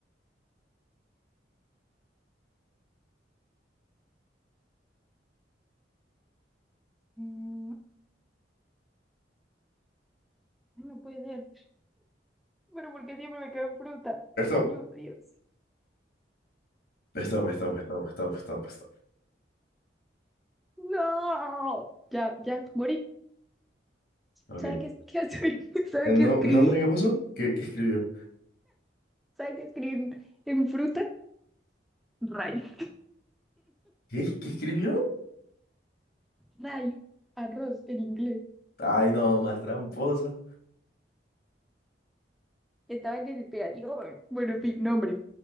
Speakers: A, in the centre; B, on the left.
A: Mm, no puede ser. Pero ¿por qué siempre me caen fruta?
B: Stop,
A: Ayúdame, Dios.
B: stop, stop, stop, stop, stop, stop.
A: No. Ya, ya, morí.
B: Ok.
A: ¿Sabe qué, es- qué, soy? <laughs> ¿Sabe
B: ¿El
A: qué
B: no-
A: escribí?
B: nombre que puso? ¿Qué, qué escribió?
A: ¿Sabe qué escribí en, fruta? Rice.
B: ¿Qué? ¿Qué escribió?
A: Rice. Arroz en inglés.
B: Ay, no, más tramposa.
A: Estaba en desesperación. Bueno, en fin, nombre.